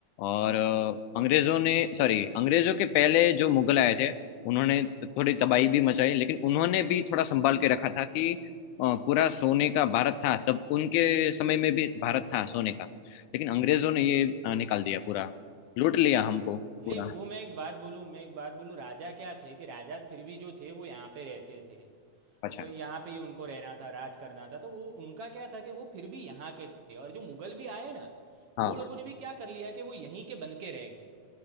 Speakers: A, on the left; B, on the right.
A: और अ,
B: हम्म
A: अंग्रेजों ने सॉरी अंग्रेजों के पहले जो मुगल आए थे उन्होंने थोड़ी तबाही भी मचाई लेकिन उन्होंने भी थोड़ा संभाल के रखा था कि अ, पूरा सोने का भारत था तब उनके समय में भी भारत था सोने का लेकिन
B: हम्म
A: अंग्रेजों
B: हम्म।
A: ने ये अ, निकाल दिया पूरा लूट लिया हमको
B: भाई
A: पूरा
B: वो मैं एक बात बोलूँ मैं एक बात बोलूँ राजा क्या थे कि राजा फिर भी जो थे वो यहाँ पे रहते थे
A: अच्छा
B: वो यहाँ पे ही उनको रहना था राज करना था तो वो उनका क्या था कि वो फिर भी यहाँ के थे और जो मुगल भी आए ना
A: हाँ
B: वो लोगों ने भी क्या कर लिया कि वो यहीं के बन के रह गए